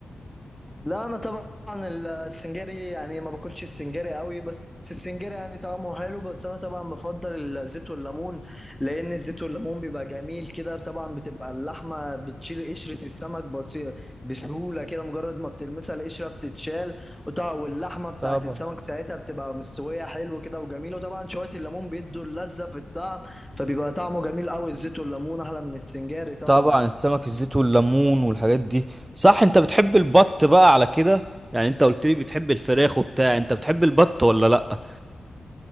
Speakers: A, in the centre; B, on the right.
A: لا انا طبعا السنجاري يعني ما باكلش السنجاري قوي بس السنجاري يعني طعمه حلو بس انا طبعا بفضل الزيت والليمون لان الزيت والليمون بيبقى جميل كده طبعا بتبقى اللحمه بتشيل قشره السمك بسي- بسهوله كده مجرد ما بتلمسها القشره بتتشال وطبعا واللحمه بتاعت
B: طبعا
A: السمك ساعتها بتبقى مستويه حلو كده وجميل وطبعا شويه الليمون بيدوا اللذه في الطعم فبيبقى طعمه جميل قوي الزيت والليمون احلى من السنجاري طبعا
B: طبعا السمك الزيت والليمون والحاجات دي صح انت بتحب البط بقى على كده يعني انت قلت لي بتحب الفراخ وبتاع انت بتحب البط ولا لا